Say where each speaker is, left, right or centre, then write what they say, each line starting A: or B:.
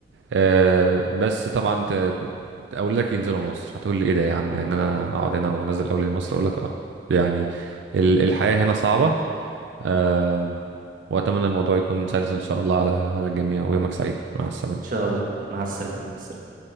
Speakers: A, on the right (about 85°); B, on the right (about 50°).
A: آه بس طبعا ت... اقول لك ينزلوا مصر هتقول لي ايه ده يا عم يعني انا اقعد هنا وانزل اولادي مصر اقول لك اه يعني ال... الحياة هنا صعبة آه واتمنى الموضوع يكون سلس ان شاء الله على على الجميع ويومك سعيد مع السلامة
B: ان شاء الله مع السلامه مع السلامه